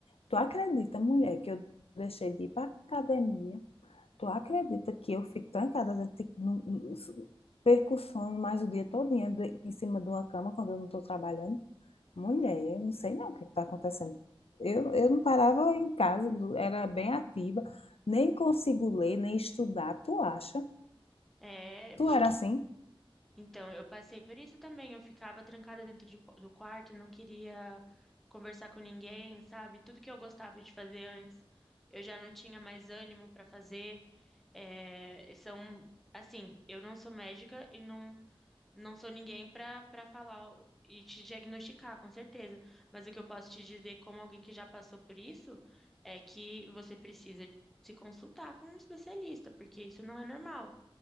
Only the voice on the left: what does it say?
Tu acredita, mulher, que eu deixei de ir para academia? Tu acredita que eu fico trancada dentro de, no, no- perco o sono mais o dia todo em cima de uma cama quando eu não estou trabalhando? Mulher, eu não sei não o que está acontecendo. Eu, eu não parava em casa, do- era bem ativa, nem consigo ler, nem estudar. Tu acha?
Tu
era assim?